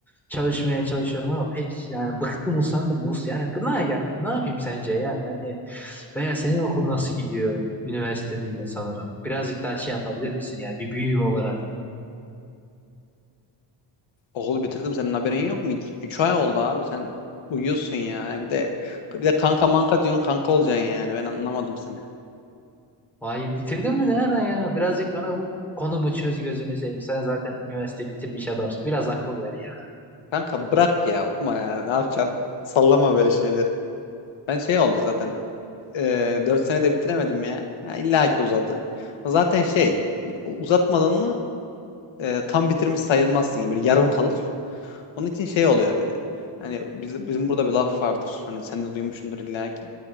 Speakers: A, in the centre; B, on the left.
A: Çalışmaya çalışıyorum ama pek yani bıktım usandım. Us yani gına geldim. Ne yapayım sence yani? Hani veya senin okul nasıl gidiyor? Üniversitedeydin sanırım. Birazcık daha şey yapabilir misin yani bir büyüğüm olarak?
B: Okulu bitirdim senin haberin yok mu? İki- 3 ay oldu abi sen uyuyorsun ya. Bir de bir de kanka manka diyorsun kanka olacaksın yani. Ben anlamadım seni.
A: Vay bitirdin mi ne ara ya? Birazcık bana bu konumu çöz gözünü seveyim. Sen zaten üniversite bitirmiş adamsın. Biraz akıl ver ya.
B: Kanka bırak ya okuma ya. Ne yapacaksın? Sallama böyle şeyleri. Ben şey oldu zaten. E, 4 senede bitiremedim ya. ya illa ki uzadı. Zaten şey uzatmadan mı e, tam bitirmiş sayılmazsın. Böyle yarım kalır. Onun için şey oluyor böyle. Hani biz, bizim burada bir laf vardır. Hani sen de duymuşsundur illa ki.